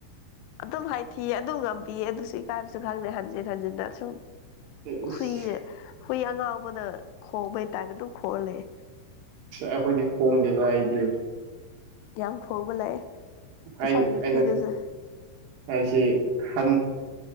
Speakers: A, on the left; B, on the right.
A: ꯑꯗꯨꯝ ꯍꯥꯏꯊꯤꯌꯦ ꯑꯗꯨ ꯉꯝꯕꯤꯌꯦ ꯑꯗꯨꯁꯨ ꯏꯀꯥꯏꯕꯁꯨ ꯈꯪꯗꯦ ꯍꯟꯖꯤꯟ ꯍꯟꯖꯤꯟꯟꯅ ꯁꯨꯝ
B: ꯑꯁ
A: ꯍꯨꯏꯅꯦ ꯍꯨꯏ ꯑꯉꯥꯎꯕꯗ ꯈꯣꯡꯕꯩꯇꯥꯔꯅ ꯑꯗꯨꯝ ꯈꯣꯡ ꯂꯩ
B: ꯑꯩꯈꯣꯏꯗꯤ ꯈꯣꯡꯗꯦꯅ ꯑꯩꯗꯤ
A: ꯌꯥꯝ ꯐꯕ ꯂꯥꯛꯑꯦ ꯉꯁꯥꯏ
B: ꯑꯩꯅ
A: ꯔꯤꯐ꯭ꯔꯤꯗꯨꯁꯨ
B: ꯑꯩꯅ ꯍꯥꯏꯁꯤ ꯍ